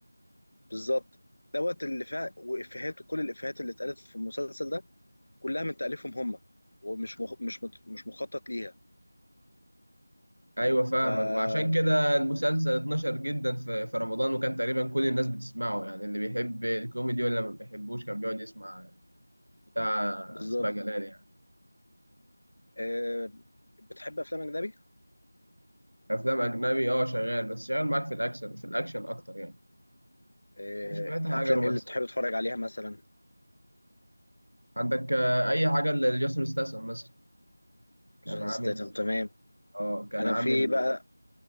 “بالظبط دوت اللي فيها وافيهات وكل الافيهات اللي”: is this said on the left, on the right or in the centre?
Left